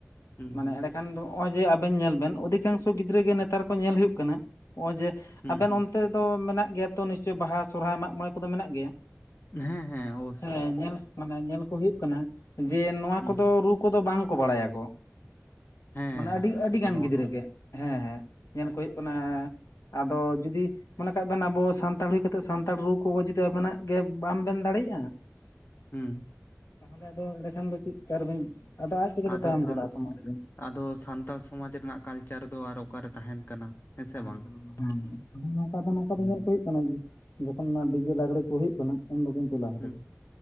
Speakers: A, on the left (about 45°); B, on the left (about 75°).
A: ᱦᱩᱸ
B: ᱢᱟᱱᱮ
A: ᱦᱩᱸ
B: ᱮᱸᱲᱮ ᱠᱷᱟᱱ ᱫᱚ ᱦᱚᱜᱼᱚᱭ ᱡᱮ ᱟᱵᱮᱱ ᱧᱮᱞ ᱵᱮᱱ ᱚᱫᱷᱤᱠᱟᱝᱥᱚ ᱜᱤᱫᱽᱨᱟᱹ ᱜᱮ ᱱᱮᱛᱟᱨ ᱠᱚ ᱧᱮᱞ ᱦᱩᱭᱩᱜ ᱠᱟᱱᱟ, ᱦᱚᱜᱼᱚᱭ ᱡᱮ
A: ᱦᱩᱸ
B: ᱟᱵᱮᱱ
A: ᱦᱩᱸ
B: ᱚᱱᱛᱮ ᱛᱚ ᱢᱮᱱᱟᱜ ᱜᱮᱭᱟ ᱛᱚ ᱱᱤᱥᱪᱳᱭ ᱵᱟᱦᱟ ᱥᱚᱨᱦᱟᱭ ᱢᱟᱜ ᱢᱚᱸᱬᱮ ᱠᱚᱫᱚ ᱢᱮᱱᱟᱜ ᱜᱮᱭᱟ
A: ᱦᱮᱸ
B: ᱾
A: ᱦᱮᱸ ᱚᱵᱚᱥᱥᱳᱭ
B: ᱦᱮᱸ ᱧᱮᱞ ᱢᱟᱱᱮ ᱧᱮᱞ ᱠᱚ ᱦᱩᱭᱩᱜ ᱠᱟᱱᱟ, ᱡᱮ ᱱᱚᱣᱟ
A: ᱦᱩᱸ
B: ᱠᱚᱫᱚ ᱨᱩ ᱠᱚᱫᱚ ᱵᱟᱝ ᱠᱚ ᱵᱟᱲᱟᱭᱟᱠᱚ᱾
A: ᱦᱮᱸ
B: ᱢᱟᱱᱮ ᱟᱹᱰᱤ ᱟᱹᱰᱤᱜᱟᱱ
A: ᱱᱚᱣᱟ
B: ᱜᱤᱫᱽᱨᱟᱹ
A: ᱦᱚᱸ
B: ᱜᱮ ᱦᱮᱸ ᱦᱮᱸ ᱧᱮᱞ ᱠᱚ ᱦᱩᱭᱩᱜ ᱠᱟᱱᱟ ᱾ ᱟᱫᱚ ᱡᱩᱫᱤ ᱢᱚᱱᱮ ᱠᱟᱜ ᱵᱮᱱ ᱟᱵᱚ ᱥᱟᱱᱛᱟᱲ ᱦᱩᱭ ᱠᱟᱛᱮᱫ, ᱥᱟᱱᱛᱟᱲ ᱨᱩ ᱠᱚ ᱡᱩᱫᱤ ᱟᱵᱮᱱᱟᱜ ᱜᱮ ᱵᱟᱝ ᱵᱮᱱ ᱫᱟᱲᱮᱭᱟᱜᱼᱟ
A: ᱦᱩᱸ
B: ᱛᱟᱦᱚᱞᱮ ᱟᱫᱚ ᱮᱲᱮ ᱠᱷᱟᱱ ᱫᱚ ᱪᱤᱫᱠᱟ ᱨᱮᱵᱤᱱ ᱟᱫᱚ ᱟᱡ ᱛᱮᱜᱮ
A: ᱟᱫᱚ
B: ᱛᱚ ᱛᱟᱭᱚᱢ
A: ᱥᱟᱱ
B: ᱪᱟᱞᱟᱜᱼᱟ ᱟᱫᱚ ᱢᱟ ᱞᱮᱭᱵᱤᱱ᱾
A: ᱟᱫᱚ ᱥᱟᱱᱛᱟᱲ ᱥᱚᱢᱟᱡᱽ ᱨᱮᱱᱟᱜ ᱠᱟᱞᱪᱟᱨ ᱫᱚ ᱟᱨᱦᱚ ᱚᱠᱟᱨᱮ ᱛᱟᱦᱮᱱ ᱠᱟᱱᱟ᱾ ᱦᱮᱸ ᱥᱮ
B: ᱛᱟᱦᱮᱱ
A: ᱵᱟᱝ
B: ᱠᱟᱱᱟ <unintelligible> ᱟᱫᱚ ᱱᱚᱝᱠᱟ ᱫᱚ ᱱᱚᱝᱠᱟ
A: ᱦᱩᱸ
B: ᱫᱚ ᱧᱮᱞ ᱠᱚ ᱦᱩᱭᱩᱜ ᱠᱟᱱᱟ ᱡᱮ ᱡᱚᱠᱷᱚᱱ ᱚᱱᱟ ᱰᱤᱡᱮ ᱞᱟᱜᱽᱲᱮ ᱠᱚ ᱦᱩᱭᱩᱜ ᱠᱟᱱᱟ ᱩᱱ ᱫᱚ ᱠᱤᱱᱛᱩ ᱞᱟ
A: ᱦᱩᱸ-